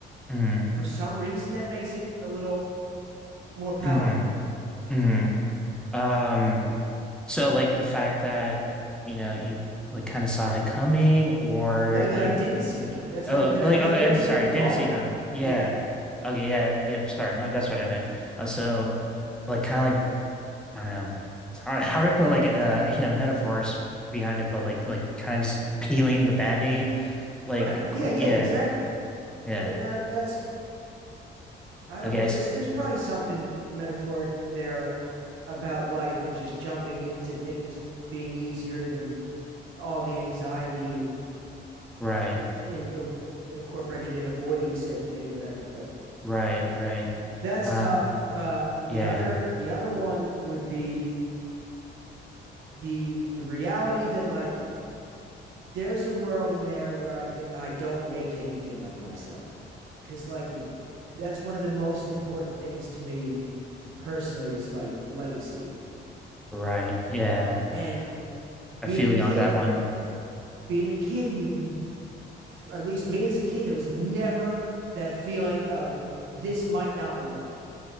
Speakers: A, in the centre; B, on the right.
A: mm,
B: for some reason that makes it a little more palatable
A: mm, mm. Um, so like the fact that you know you like kind of saw it coming, or
B: No, that
A: like.
B: I didn't see it coming. That's
A: Oh,
B: what I mean. That
A: like
B: I that
A: oh, I
B: there was
A: mean, sorry,
B: no thought
A: didn't see
B: about
A: coming.
B: it.
A: Yeah.
B: Yeah.
A: Okay, yeah, yeah. Sorry, my, that's what I meant. Uh, so, like, kind of like I don't know. It's hard, <laughs> hard to put like uh, you know, metaphors behind it, but like, like kind of just peeling the band-aid, like,
B: Right. Yeah.
A: quick.
B: Yeah.
A: Yeah,
B: Exactly.
A: yeah.
B: And uh, that's I don't
A: Okay,
B: know.
A: I
B: There's
A: s
B: there's probably something metaphoric there about life and just jumping into things being easier than all the anxiety and
A: right,
B: in incorporated in avoiding said thing, whatever. But
A: right, right.
B: that's
A: Uh,
B: tough. Uh, the
A: yeah,
B: other the other one would be the the reality that like there's a world in there where I I don't make anything of myself cuz like the that's one of the most important things to me personally is like legacy.
A: right, yeah.
B: And
A: I
B: being
A: feel
B: a kid,
A: you on that one.
B: being a kid you you at least me as a kid there was never that feeling of this might not work.